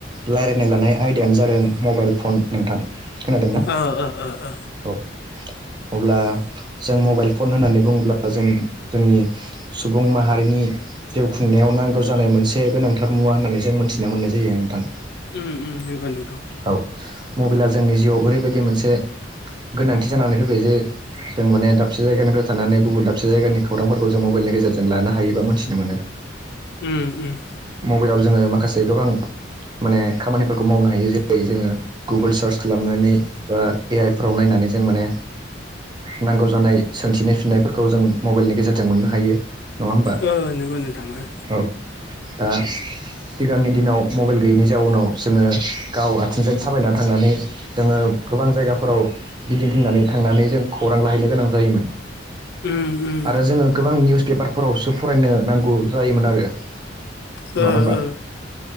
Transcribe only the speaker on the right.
रायजलायनाय लानाय आयदायानो जादों मबाइल फन नोंथां। खोनादोंना?
औ। अब्ला जों मबाइल फन होननानै बुङोब्ला जों जोंनि सुबुं माहारिनि जिउ खुंनायाव नांगौ जानाय मोनसे गोनांथार मुवा होननानै जों मोनथिना मोननाय जायो नोंथां।
औ मबाइला जोंनि जिउआव ओरैबायदि मोनसे गोनांथि जानानै फैबाय जे जों माने दाबसे जायगानिफ्राय थानानै गुबुन दाबसे जायगानि खौरांफोरखौ जों मबाइलनि गेजेरजों लानो हायोबा मिथिनो मोनो।
मबाइलाव जोङो माखासे गोबां माने खामानिफोरखौ मावनो हायो जेरै जोङो गुगोल सार्च खालामनानै बा ए आइफ्राव नायनानै जों माने नांगौ जानाय सोंथिनि फिननायफोरखौ जों मबाइलनि गेजेरजों मोननो हायो। नङा होमबा
औ दा सिगांनि दिनाव मबाइल गैयैनि जाउनाव जोङो गाव आथिंजों थाबायनानै थांनानै जोङो गोबां जायगाफोराव गिदिंथिनानै थांनानै जों खौरां लाहैनो गोनां जायोमोन।
आरो जोङो गोबां निउस पेपारफोरावसो फरायनो नांगौ जायोमोन आरो
नङा
होमबा